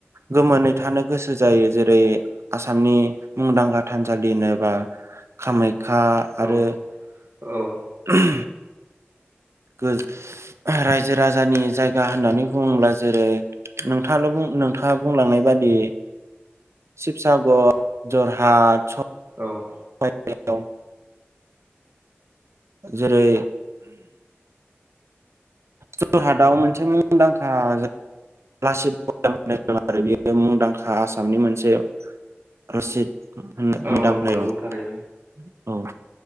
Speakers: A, on the right (about 85°); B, on the right (about 55°).
A: गोमोनै थानो गोसो जायो जेरै आसामनि मुंदांखा थानसालिनो बा कामाख्या आरो
B: औ औ
A: <inaudible> गो रायजो राजानि जायगा होननानै बुङोब्ला जेरै नोंथाङानो बुं नोंथाङा बुंलांनाय बादि शिबसागर जरहाट
B: औ
A: बायदिसिना दं <unintelligible> जेरै जरहाटाव मोनसे मुंदांखा जाय लासिद बरफुकन <unintelligible> होननाय दं आरो बेयो मुंदांखा आसामनि मोनसे रसिद <unintelligible>
B: औ नंगौ थारैनो
A: <unintelligible> औ